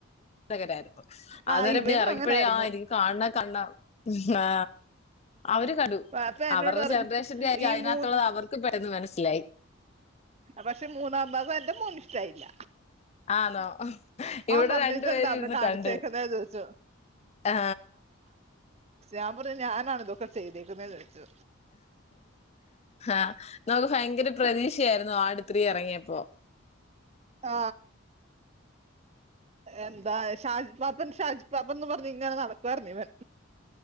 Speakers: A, on the left; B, on the right.
A: കനായിരുന്നു. <unintelligible>
B: ആ
A: അത്
B: ഇവനും
A: ഇറങ്ങിയപ്പോ
B: അങ്ങനായിരുന്നു
A: എനിക്ക് കാണാ - <unintelligible> ആ അവര് കടു <unintelligible>
B: അപ്പൊ എന്നോട്
A: അവരുടെ
B: പറഞ്ഞു
A: നിർദ്ദേശ <unintelligible>
B: ഈ മൂന്ന്
A: പെട്ടന്ന് മനസ്സിലായി
B: പക്ഷെ മൂന്നാം ഭാഗം എന്റെ മോൻ ഇഷ്ട്ടായില്ല
A: ആന്നോ ഇവിടെ
B: അവൻ പറഞ്ഞു
A: രണ്ടുപേരും
B: ഇതെന്താ അമ്മേ
A: ഇരുന്ന്
B: കാണിച്ചേക്കുന്ന
A: കണ്ടു
B: ചോദിച്ചു.
A: ആ
B: ഞാൻ പറഞ്ഞു ഞാനാണോ ഇതൊക്കെ ചെയ്തേക്കുന്നെ ചോദിച്ചു
A: ആ ഭയങ്കര പ്രതീക്ഷ ആയിരുന്നു ആട് ത്രീ എറങ്ങിയപ്പോ
B: ആ എന്താഷജുപാപ്പൻ ഷാജുപാപ്പൻ ന്ന് പറഞ്ഞു നടക്കുവായിരുന്നു ഇവൻ